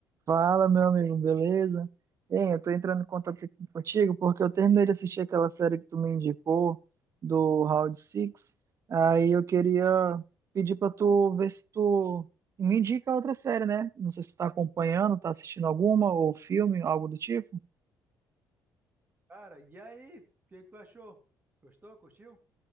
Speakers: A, on the right (about 40°); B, on the right (about 25°).
A: Fala, meu amigo, beleza? Hein, eu tô entrando em contato aqui contigo porque eu terminei de assistir aquela série que tu me indicou do Round Six. Aí eu queria pedir pra tu ver se tu me indica outra série, né? Não sei se tu tá acompanhando, tá assistindo alguma ou filme, algo do tipo.
B: Cara, e aí? O que que tu achou? Gostou? Curtiu?